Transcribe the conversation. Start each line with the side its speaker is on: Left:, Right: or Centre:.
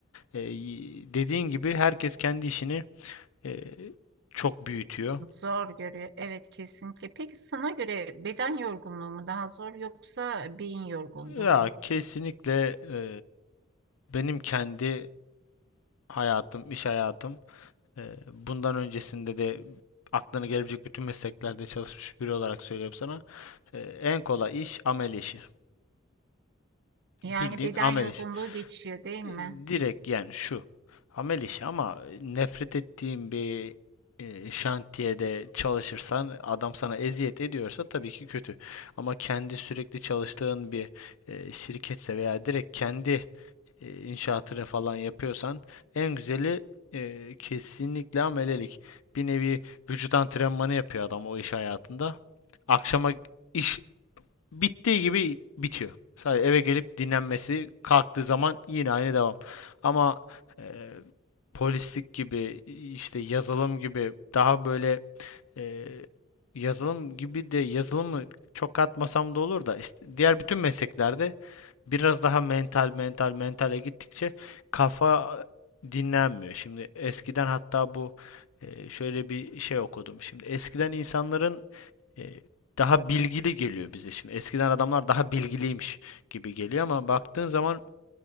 Left: e, dediğin gibi herkes kendi işini e, çok büyütüyor.
Right: Zor görüyor. Evet kesinlikle. Peki sana göre beden yorgunluğu mu daha zor yoksa beyin yorgunluğu
Left: Ya
Right: mu?
Left: kesinlikle e, benim kendi hayatım, iş hayatım Ee, bundan öncesinde de aklına gelebilecek bütün mesleklerde çalışmış biri olarak söylüyorum sana. Ee, en kolay iş amel işi.
Right: Yani
Left: Bildiğin
Right: beden
Left: amel
Right: yorgunluğu
Left: işi.
Right: geçiyor değil
Left: Ee,
Right: mi?
Left: Direkt yani şu. Amel işi ama nefret ettiğin bir e, şantiyede çalışırsan adam sana eziyet ediyorsa tabii ki kötü. Ama kendi sürekli çalıştığın bir e, şirketse veya direkt kendi e, inşaatını falan yapıyorsan en güzeli e, kesinlikle amelelik. Bir nevi vücut antrenmanı yapıyor adam o iş hayatında. Akşama iş bittiği gibi bitiyor. Sadece eve gelip dinlenmesi, kalktığı zaman yine aynı devam. Ama e, polislik gibi, işte yazılım gibi daha böyle e, yazılım gibi de yazılımı çok katmasam da olur da işte diğer bütün mesleklerde biraz daha mental mental mentale gittikçe kafa dinlenmiyor. Şimdi eskiden hatta bu e, şöyle bir şey okudum. Şimdi eskiden insanların e, daha bilgili geliyor bize şimdi. Eskiden adamlar daha bilgiliymiş gibi geliyor ama baktığın zaman